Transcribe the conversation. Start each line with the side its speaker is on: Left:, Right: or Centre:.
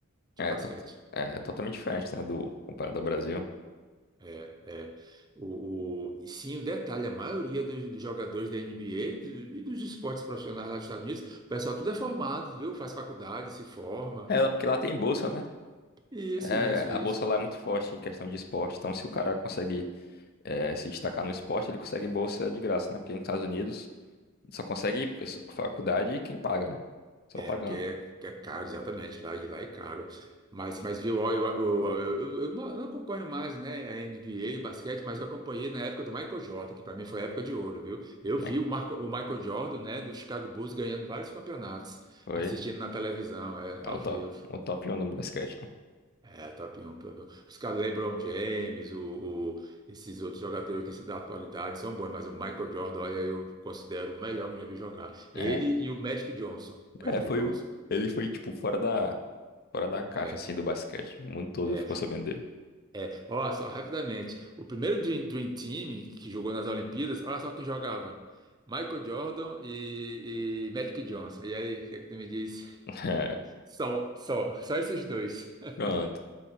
Right: De
Left: É,
Right: basquete.
Left: to- é totalmente diferente, né? Do, comparado ao Brasil.
Right: É, é. o, o- e sim, o detalhe, a maioria dos, dos jogadores da NBA e dos, e dos esportes profissionais lá dos Estados Unidos, o pessoal tudo é formado, viu? Faz faculdade, se forma.
Left: É, lá- porque lá tem bolsa, né?
Right: Isso,
Left: É,
Right: isso,
Left: a
Right: isso.
Left: bolsa lá é muito forte em questão de esporte. Então, se o cara consegue é, se destacar no esporte, ele consegue bolsa de graça, né? Porque nos Estados Unidos só consegue s- faculdade quem paga, né? Só
Right: É,
Left: pagando.
Right: porque é, é caro, exatamente, lá, e lá é caro. Mas, mas viu, ó, eu, eu, eu, eu- eu não não acompanho mais, né, a NBA, basquete, mas eu acompanhei na época do Michael Jordan, que para mim foi a época de ouro, viu? Eu
Left: Como
Right: vi
Left: é que
Right: o, Marco- o Michael Jordan, né, do Chicago Bulls ganhando vários campeonatos,
Left: foi?
Right: assistindo na televisão, é,
Left: É
Right: ao
Left: o
Right: vivo.
Left: top, o top 1 do basquete, né?
Right: É, top 1, top 1. Os caras, LeBron James, o, o- esses outros jogadores que se da atualidade são bons, mas o Michael Jordan, olha, eu considero o melhor que eu já vi jogar. Ele
Left: É.
Right: e o Magic Johnson. Magic
Left: É, foi
Right: Johnson.
Left: o. Ele foi, tipo, fora da. Fora da caixa,
Right: É,
Left: assim, do basquete. O mundo todo
Right: É,
Left: ficou sabendo dele.
Right: é. Ó, só rapidamente. O primeiro Dream, Dream Team que jogou nas Olimpíadas, olha só quem jogava. Michael Jordan e, e Magic Johnson. E aí, o que é que tu me diz?
Left: <laughs> É,
Right: Só, só, só esses dois. <laughs>
Left: pronto.